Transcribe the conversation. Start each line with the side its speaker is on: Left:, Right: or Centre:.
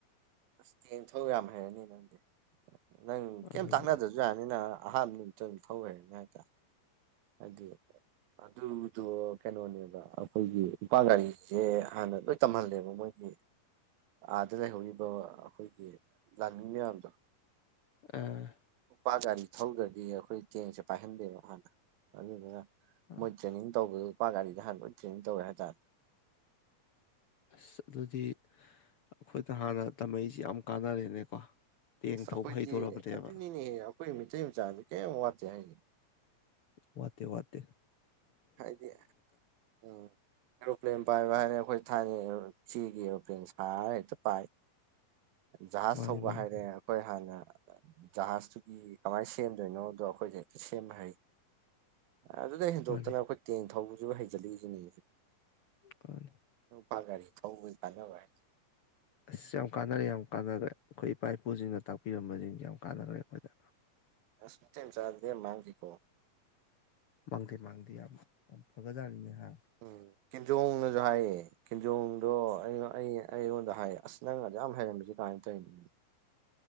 Right: ꯑꯁ ꯇꯦꯡ ꯊꯧ ꯌꯥꯝ ꯍꯩꯔꯅꯤ ꯅꯪꯗꯤ ꯅꯪ ꯀꯩꯝ
Left: ꯑꯗꯨꯅꯤ
Right: ꯇꯥꯛꯅꯗ꯭ꯔꯁꯨ ꯌꯥꯅꯤꯅ꯫ ꯑꯍꯥꯟꯕ ꯅꯨꯃꯤꯠꯇ ꯑꯗꯨꯝ ꯊꯧ ꯍꯩꯔꯅꯤ ꯍꯥꯏꯇꯥꯔꯦ ꯍꯥꯏꯗꯤ꯫ ꯑꯗꯨꯗꯣ ꯀꯩꯅꯣꯅꯦꯕ ꯑꯩꯈꯣꯏꯒꯤ ꯎꯄꯥ ꯒꯥꯔꯤꯁꯦ ꯍꯥꯟꯅ ꯂꯣꯏ ꯇꯝꯍꯜꯂꯦꯕ ꯃꯣꯏ ꯑꯩ ꯑꯥꯗ ꯂꯩꯍꯧꯔꯤꯕ ꯑꯩꯈꯣꯏꯒꯤ ꯂꯥꯟꯃꯤ ꯃꯌꯥꯝꯗꯣ꯫
Left: ꯑꯥ꯫
Right: ꯎꯄꯥ ꯒꯥꯔꯤ ꯊꯧꯗ꯭ꯔꯗꯤ ꯑꯩꯈꯣꯏ ꯇꯦꯡꯁꯦ ꯄꯥꯏꯍꯟꯗꯦꯕ ꯍꯥꯟꯅ ꯑꯗꯨꯅ
Left: ꯑꯥ
Right: ꯃꯣꯏ ꯇ꯭ꯔꯦꯅꯤꯡ ꯇꯧꯕꯗꯨ ꯂꯨꯄꯥ ꯒꯥꯔꯤꯗ ꯍꯥꯟꯕ ꯇ꯭ꯔꯦꯅꯤꯡ ꯇꯧꯋꯦ ꯍꯥꯏꯇꯥꯔꯦ꯫
Left: ꯑꯁ ꯑꯗꯨꯗꯤ ꯑꯩꯈꯣꯏꯗ ꯍꯥꯟꯅ ꯇꯝꯃꯩꯁꯤ ꯌꯥꯝ ꯀꯥꯟꯅꯔꯦꯅꯦꯀꯣ ꯇꯦꯡ
Right: ꯑꯁ ꯑꯩꯈꯣꯏꯗꯤ
Left: ꯊꯧꯕ ꯍꯩꯗꯣꯔꯕꯅꯦꯕ
Right: ꯑꯗꯨꯅꯤꯅꯦ ꯑꯩꯈꯣꯏ ꯃ ꯃꯆꯥꯁꯦ ꯀꯌꯥꯝꯝ ꯋꯥꯠꯠꯇꯦ ꯍꯥꯏꯅꯤ
Left: ꯋꯥꯦ ꯋꯥꯇ
Right: ꯍꯥꯏꯗꯤ ꯎ ꯑꯦꯔꯣꯄ꯭ꯂꯦꯟ ꯄꯥꯏꯕ ꯍꯥꯏꯔꯦ ꯑꯩꯈꯣꯏ ꯊꯅꯤ ꯆꯤꯒꯤ ꯑ ꯁꯇ ꯄꯥꯏ ꯖꯍꯥꯖ
Left: ꯃꯥꯅꯤ
Right: ꯊꯧꯕ
Left: ꯃꯥꯅꯤ
Right: ꯍꯥꯏꯔꯦ ꯑꯩꯈꯣꯏ ꯍꯥꯟꯅ ꯖꯍꯥꯖꯇꯨꯒꯤ ꯀꯃꯥꯏꯅ ꯁꯦꯝꯗꯣꯏꯅꯣꯗꯣ ꯑꯩꯈꯣꯏꯁꯦ ꯍꯦꯛꯇ ꯁꯦꯝꯕ ꯍꯩ ꯑꯗꯨꯗ
Left: ꯃꯥꯅꯤ
Right: ꯍꯣ ꯇꯦꯡ ꯊꯧꯕꯁꯤꯕꯨ ꯍꯩꯖꯤꯠꯂꯛꯏꯁꯤꯅꯦ
Left: ꯃꯥꯅꯤ
Right: ꯐꯥꯒꯔꯤ ꯐꯧ ꯃꯤ ꯊꯗ ꯍꯥꯏꯥꯏ
Left: ꯑꯁ ꯌꯥꯝ ꯀꯥꯟꯅꯔꯦ ꯌꯥꯝ ꯀꯥꯟꯅꯈ꯭ꯔꯦ ꯑꯩꯈꯣꯏ ꯏꯄꯥ ꯏꯄꯨꯁꯤꯡꯅ ꯇꯥꯛꯄꯤꯔꯝꯕꯁꯤꯡꯁꯦ ꯌꯥꯝ ꯀꯥꯟꯅꯈ꯭ꯔꯦ ꯑꯩꯈꯣꯏꯗ
Right: ꯑ ꯊ ꯆꯥ ꯃꯥꯈꯤꯤ ꯀꯣ
Left: ꯃꯥꯡꯗꯦ ꯃꯥꯡꯗꯦ ꯌꯥꯝ ꯌꯥꯝ ꯐꯒꯖꯥꯠꯅꯤꯅꯦ ꯍꯥꯏꯍ
Right: ꯎꯝ ꯈꯤꯟꯖꯣꯡꯅꯁꯨ ꯍꯥꯏꯥꯏ ꯈꯤꯟꯖꯣꯡ ꯑꯗꯣ ꯑꯩ ꯑꯩ ꯑꯩꯉꯣꯟꯗ ꯍꯥꯏ ꯑꯁ ꯅꯪꯒ ꯌꯥꯝ ꯍꯩꯔꯝꯃꯤꯁꯦ ꯀꯃꯥꯏꯅ ꯇꯧꯔꯤꯅꯤ